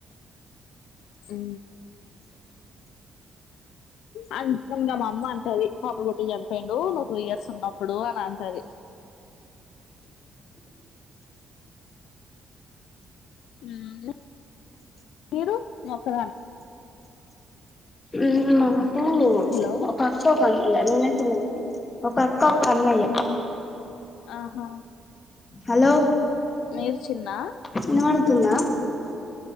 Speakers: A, on the left; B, on the left.
A: ఉ. అన్ ఇంగ మా అమ్మ అంటది బాబు పుట్టి చనిపోయిండు నువ్వు టూ ఇయర్స్ ఉన్నప్పుడు అని అంటది మ్మ్ మీరు నేనొక్కదాన్
B: ఊ మాకు
A: హలో
B: ఒక అక్క ఒక అన్నయ్య నేనే చిన్నదాన్ని ఒక అక్క ఒక అన్నయ్య
A: ఆహా
B: హలో
A: మీరు చిన్న
B: వినబడుతుందా